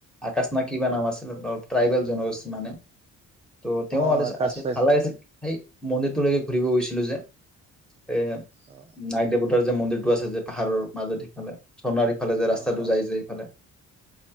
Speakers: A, in the centre; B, on the right.
A: আকাশ না কিবা নাম আছিল অলপ ট্ৰাইবেল জনগোষ্ঠী মানে। ত তেওঁ
B: অ
A: আলিছা
B: আকাশ
A: আছে
B: চাইছিল
A: ভাল লাগিছে, সেই মন্দিৰটোলৈকে ঘূৰিব গৈছিলোঁ যে এ,
B: অ
A: নাইক দেৱতাৰ যে মন্দিৰ টো আছে যে পাহাৰৰ মাজত সিফালে, চনাৰী ইফালে যে ৰাস্তাটো
B: অ অ অ
A: যাই যে এইফালে